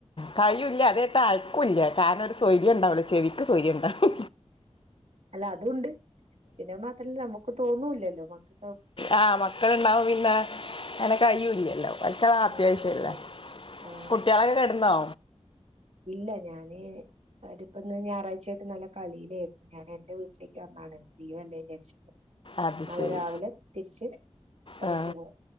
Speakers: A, on the left (about 50°); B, on the right (about 75°).
A: കയ്യൂല്ല അതായിട്ട് അയ്ക്കൂല്ല്യ കാരണം ഒര് സ്വൈ ര്യണ്ടാവില്ല ചെവിക്ക് സ്വൈര്യ ഇണ്ടാവു
B: അല്ല അതും ഉണ്ട് പിന്നത് മാത്രല്ല നമു തോന്നൂല്ലല്ലോ മക്ക
A: ആ മക്കളുണ്ടാവും പിന്നെ അങ്ങനെ കഴിയൂല്ലല്ലോ മക്കള അത്യാവശ്യല്ലേ
B: ആ അങ്ങനെണ്ട് ആ
A: കുട്ടികളൊക്കെ കെടന്നോ
B: ഇല്ല ഞാന് അവരിപ്പൊ ഇന്ന് ഞായറാഴ്ചായിട്ട് നല്ല കളിയിലായിരുന്നു ഞാൻ എന്റെ വീട്ടിലേക്ക് വന്നാണ് ലീവില്ലേന്ന് വിചാരിച്ചി
A: അത്
B: നാളെ
A: ശരി
B: രാവിലെ തിരിച്ച് അവിടേക്ക്
A: ആ
B: പോവും